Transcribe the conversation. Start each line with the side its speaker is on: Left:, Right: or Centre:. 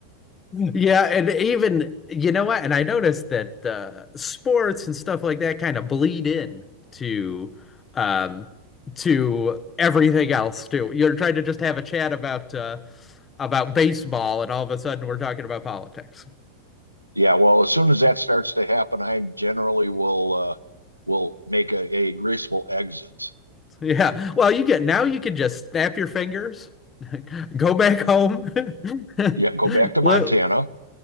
Left: Yeah, and even you know what? And I noticed that uh, sports and stuff like that kind of bleed in to um, to everything else too. You're trying to just have a chat about uh, about baseball, and all of a sudden we're talking about politics. <laughs>
Right: Yeah, well, as soon as that starts to happen, I generally will uh, will make a, a graceful exit.
Left: Yeah. Well, you get now you can just snap your fingers, <laughs> go back home, <laughs>
Right: Yeah, go back to
Left: li-
Right: Montana. <laughs>